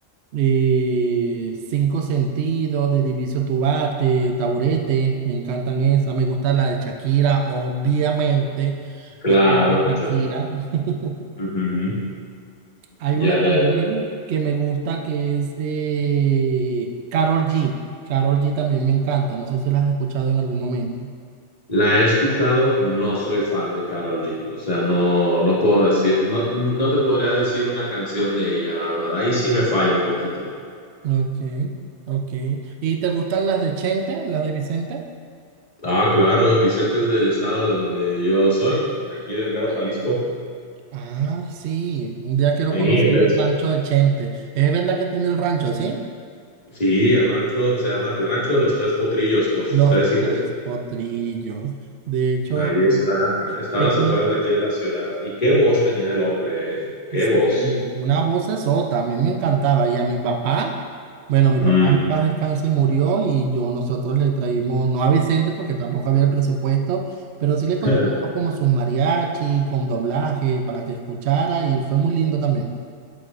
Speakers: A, on the right; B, on the left.
A: eh, Cinco Sentidos, de Diviso Tuba- de Taburete, me encantan esas, me gusta la de Shakira, obviamente,
B: Claro,
A: me encanta Shakira.
B: sí.
A: <laughs>
B: Ujú.
A: Hay
B: Ya,
A: una también
B: ya, ya.
A: que me gusta que es eh, Karol G. Karol G también me encanta, no sé si las has escuchado en algún momento.
B: La he escuchado, no soy fan de Carol G. O sea, no, no puedo decir, no, no te podría decir una canción de ella, la verdad. Ahí sí me falla un poquito.
A: Ok, ok. ¿Y te gustan las de Chente, las de Vicente?
B: Ah, claro, Vicente es del estado de donde yo soy, de aquí del mero Jalisco.
A: Ah, sí, un día quiero
B: Sí,
A: conocer
B: él
A: el
B: es.
A: rancho de Chente. ¿Es verdad que tiene el rancho, sí?
B: Sí, el rancho se llama el Rancho de los Tres Potrillos por sus
A: Los
B: tres hijos.
A: tres potrillos. De hecho,
B: Ahí está, está
A: tengo
B: a las afueras
A: una,
B: de aquí de la ciudad. Y qué voz tenía el hombre, ¿eh? Qué
A: sí,
B: voz.
A: una voz sota, a mí me encantaba. Y a mi papá, bueno, mi
B: Mm.
A: papá en paz descanse murió y yo nosotros le traímos, no a Vicente porque tampoco había el presupuesto, pero sí le contratamos
B: <laughs>
A: como sus mariachi, con doblaje para que escuchara y fue muy lindo también.